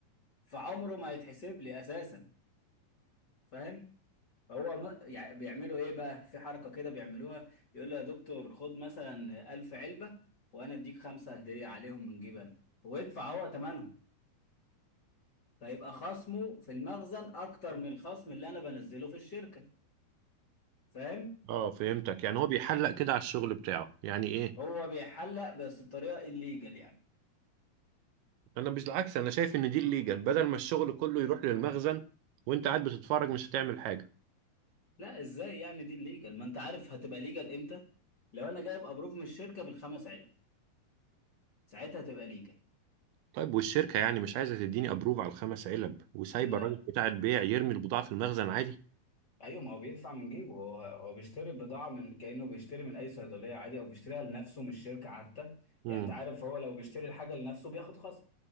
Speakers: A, on the left; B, on the right.
A: فعمره ما هيتحسب لي أساسا فاهم هو م- يعني بيعملوا ايه بقى في حركة كده بيعملوها يقول له يا دكتور خد مثلا ألف علبة وانا اديك خمسة هدية عليهم من جبن ويدفع هو تمنهم فيبقى خصمه في المخزن اكتر من الخصم اللي انا بنزله في الشركة فاهم
B: اه فهمتك يعني هو بيحلق كده على الشغل بتاعه يعني ايه
A: هو بيحلق بس بطريقة الليجل يعني
B: انا مش العكس انا شايف ان دي الليجل بدل ما الشغل كله يروح للمخزن وانت قاعد بتتفرج مش هتعمل حاجه
A: لا ازاي يعني دي الليجل ما انت عارف هتبقى ليجل امتى لو انا جايب ابروف من الشركة بالخمس علب ساعتها تبقى ليجل
B: طيب والشركه يعني مش عايزه تديني ابروف على الخمس علب وسايبه
A: لا
B: الراجل بتاع البيع يرمي البضاعه في المخزن عادي
A: ايوه ما هو بيدفع من جيبه هو هو بيشتري بضاعه من كانه بيشتري من اي صيدليه عادي او بيشتريها لنفسه مش شركه حتى
B: امم
A: يعني انت عارف هو لو بيشتري الحاجه لنفسه بياخد خصم